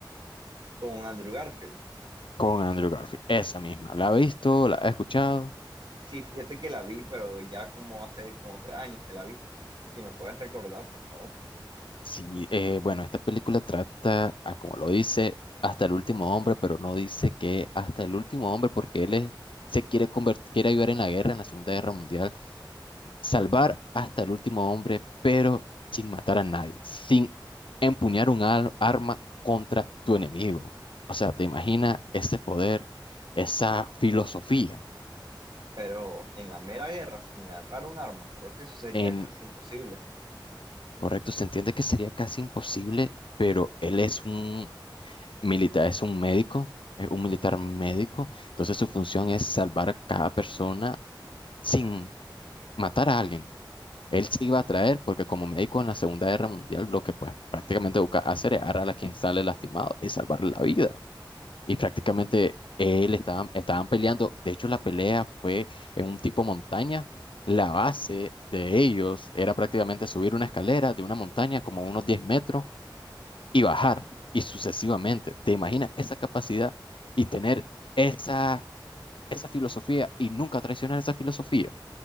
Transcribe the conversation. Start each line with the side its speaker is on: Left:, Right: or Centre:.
Right: con Andrew Garfield.
Left: con Andrew Garfield, esa misma. ¿La has visto? ¿La has escuchado?
Right: Sí, fíjate que la vi, pero ya como hace como tres años que la vi. Si me puedes recordar, por favor.
Left: Sí, eh, bueno, esta película trata, a, como lo dice, hasta el último hombre, pero no dice que hasta el último hombre porque él es- se quiere convertir, quiere ayudar en la guerra, en la Segunda Guerra Mundial salvar hasta el último hombre, pero sin matar a nadie, sin empuñar un al- arma contra tu enemigo. O sea, te imaginas ese poder, esa filosofía.
Right: Pero en la mera guerra, sin agarrar un arma, creo que eso sería
Left: En
Right: casi imposible.
Left: correcto, se entiende que sería casi imposible, pero él es un militar, es un médico, es un militar médico, entonces su función es salvar a cada persona sin matar a alguien. Él sí iba a traer, porque como médico en la Segunda Guerra Mundial, lo que pues prácticamente busca hacer es agarrar a quien sale lastimado y salvarle la vida. Y prácticamente él estaban, estaban peleando. De hecho, la pelea fue en un tipo montaña. La base de ellos era prácticamente subir una escalera de una montaña como unos 10 metros y bajar, y sucesivamente. ¿Te imaginas esa capacidad y tener esa, esa filosofía y nunca traicionar esa filosofía?